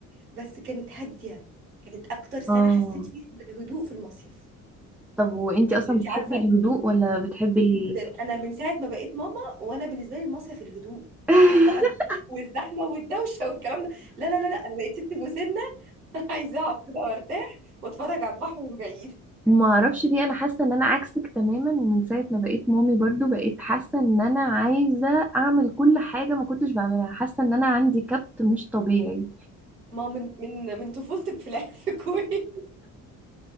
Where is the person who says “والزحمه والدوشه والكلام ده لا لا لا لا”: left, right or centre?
Right